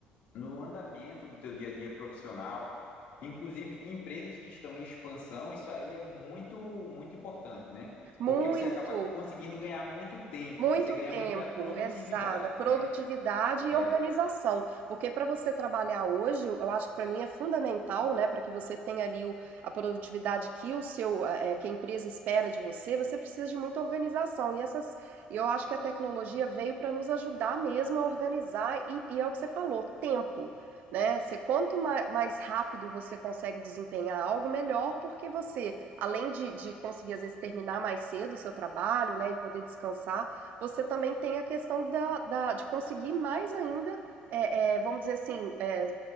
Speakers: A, on the left; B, on the right.
A: no andamento do teu dia a dia profissional, inclusive em empresas que estão em expansão, isso aí é muito, muito importante, né? Porque
B: Muito,
A: você acaba conseguindo ganhar muito tempo,
B: Muito
A: você ganha
B: tempo,
A: muita produtividade,
B: exata, produtividade
A: né?
B: e
A: É
B: organização, porque para você trabalhar hoje, eu eu acho que para mim é fundamental, né, para que você tenha ali o- a produtividade que o seu, eh, que a empresa espera de você, você precisa de muita organização e essas, e eu acho que a tecnologia veio para nos ajudar mesmo a organizar e, e é o que você falou, tempo, né? Você, quanto ma- mais rápido você consegue desempenhar algo, melhor, porque você, além de, de conseguir às vezes terminar mais cedo o seu trabalho, né, e poder descansar você também tem a questão da, da de conseguir mais ainda, é, é, vamos dizer assim, é,